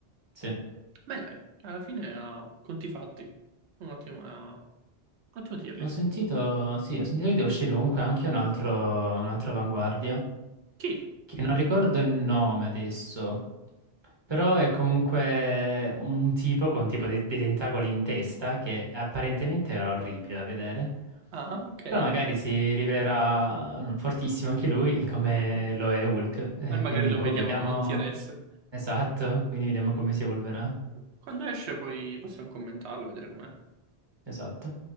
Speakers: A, on the right; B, on the right.
A: Sì.
B: Ma dai, alla fine ha conti fatti. Un ottimo, eh, un ottimo tier list.
A: Ho sentito, sì, ho sentito che deve uscire comunque anche un altro, un'altra avanguardia.
B: Chi?
A: che non ricordo il nome adesso, però è comunque un tipo con tipo dei, dei tentacoli in testa che apparentemente era orribile da vedere,
B: Ah, ok.
A: però magari si rivelerà fortissimo anche lui come
B: Mm.
A: lo è Hulk, eh,
B: E magari
A: quindi
B: lo
A: boh,
B: vediamo
A: vediamo.
B: in TRS.
A: Esatto, quindi vediamo come si evolverà.
B: Quando esce poi possiamo commentarlo, vedere com'è.
A: Esatto.